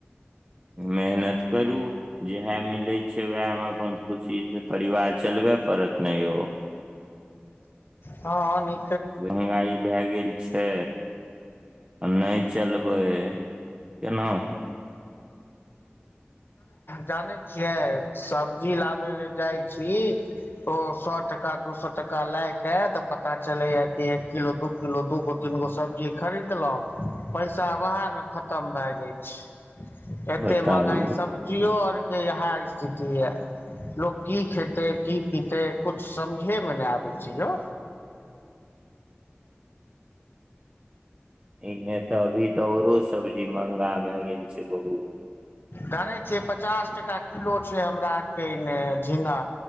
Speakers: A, on the right; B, on the left.
A: मेहनत करू जेहा मिलै छै, उहाए मे अपन खुशी से परिवार चलबै नै यौ।
B: हाँ नि
A: महंगाई भाए गेल छै आ नै चलबै केना हय।
B: जानै छियै। सब्जी ला बै ले जाय छी। ओ सौ टका दूसौ टका लए के तऽ पता चलै या कि एक किलो, दू किलो दूगो, तीनगो सब्जी खरीदलौ पैसा उहाए मे खतम भाय जाय छै। एते
A: बताबु
B: महंगाई
A: यौ
B: <unintelligible> यौ आर के इहा स्थिति या, लोक की खैएते, की पीते कुछ समझे मे ने आबे छै यौ।
A: इन्ने तऽ अभी तऽ औरो सब्जी महंगा भाए गेल छै बहुत।
B: जानै छियै पचास टका किलो छै हमरा आर के इन्ने झींगा,